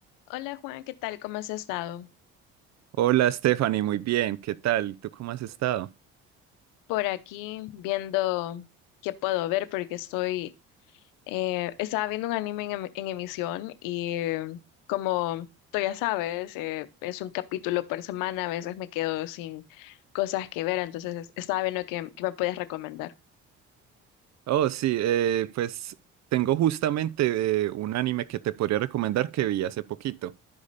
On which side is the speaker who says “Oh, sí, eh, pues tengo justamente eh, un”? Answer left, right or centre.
Right